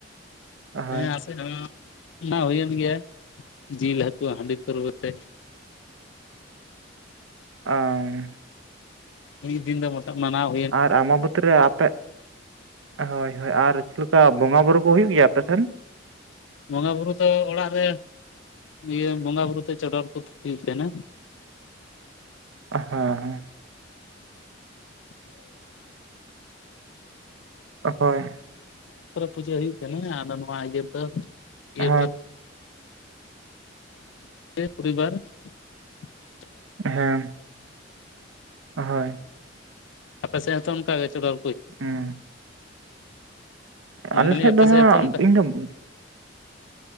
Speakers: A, on the right; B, on the left.
A: ᱦᱳᱭ
B: ᱦᱮᱸ ᱟᱥ ᱼᱼ <unintelligible> ᱢᱟ ᱦᱩᱭᱮᱱ ᱜᱮ ᱡᱤᱞ ᱦᱟᱹᱠᱩ ᱦᱟᱺᱰᱤ ᱯᱟᱨᱣᱟᱹ ᱛᱮ ᱾
A: ᱟ ᱼᱼ
B: ᱤᱱ ᱫᱤᱱ ᱫᱚ <unintelligible> ᱢᱟᱱᱟᱣ ᱼᱼ
A: ᱟᱨ ᱟᱢᱟᱵᱚᱛᱤ ᱨᱮ ᱟᱯᱮᱜ ᱼᱼ ᱦᱚᱭ ᱦᱚᱭ ᱟᱨ ᱪᱮᱫ ᱞᱮᱠᱟ ᱵᱚᱸᱜᱟ ᱵᱩᱨᱩ ᱠᱚ ᱦᱩᱭᱩᱜ ᱜᱮᱭᱟ ᱟᱯᱮᱥᱮᱱ?
B: ᱵᱚᱸᱜᱟ ᱵᱩᱨᱩ ᱫᱚ ᱚᱲᱟᱜ ᱨᱮ ᱤᱭᱟᱹ ᱵᱚᱸᱜᱟ ᱵᱩᱨᱩ ᱛᱮ ᱪᱚᱰᱚᱨ ᱟᱠᱚ ᱦᱩᱭᱩᱜ ᱠᱟᱱᱟ ᱾
A: ᱦᱚᱸ ᱦᱚᱸ ᱾
B: <unintelligible>
A: ᱦᱳᱭ
B: ᱯᱩᱡᱟᱹ ᱦᱩᱭᱩᱜ ᱠᱟᱱᱟ ᱟᱫᱚ ᱱᱚᱣᱟ ᱤᱭᱟᱹ ᱨᱮᱫᱚ ᱤᱭᱟᱹ
A: ᱦᱳᱭ
B: ᱠᱚᱨᱮ ᱫᱚ ᱼᱼ <unintelligible>
A: ᱦᱮᱸ ᱦᱚᱭ ᱾
B: ᱟᱯᱮ ᱥᱮᱫ ᱦᱚᱛᱚ ᱚᱱᱠᱟ ᱜᱮ ᱪᱚᱞᱚᱼᱼ
A: ᱦᱩᱸ ᱼᱼ
B: ᱢᱮᱱᱫᱟᱞᱤᱧ
A: ᱟᱞᱮ ᱥᱮᱫ
B: ᱟᱯᱮ
A: ᱫᱚ ᱦᱟᱸᱜ
B: ᱦᱚᱸᱛᱚ ᱚᱱᱠᱟ
A: ᱤᱧᱫᱚ ᱼᱼ